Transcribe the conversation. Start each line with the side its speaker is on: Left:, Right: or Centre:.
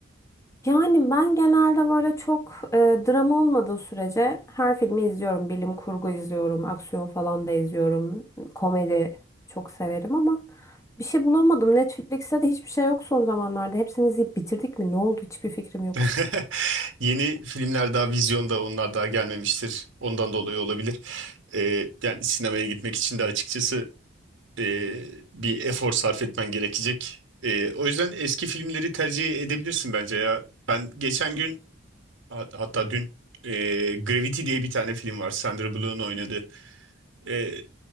Left: Yani ben genelde böyle çok e, drama olmadığı sürece her filmi izliyorum. Bilim kurgu izliyorum, aksiyon falan da izliyorum. Komedi çok severim ama Bir şey bulamadım. Netflix'te de hiçbir şey yok son zamanlarda. Hepsini izleyip bitirdik mi? Ne oldu? Hiçbir fikrim yok.
Right: <laughs> Yeni filmler daha vizyonda, onlar daha gelmemiştir. Ondan dolayı olabilir. Ee, yani sinemaya gitmek için de açıkçası e, bir efor sarf etmen gerekecek. Ee, o yüzden eski filmleri tercih edebilirsin bence ya. Ben geçen gün Hat- Hatta dün e, Gravity diye bir tane film var. Sandra Bullock'un oynadığı. E,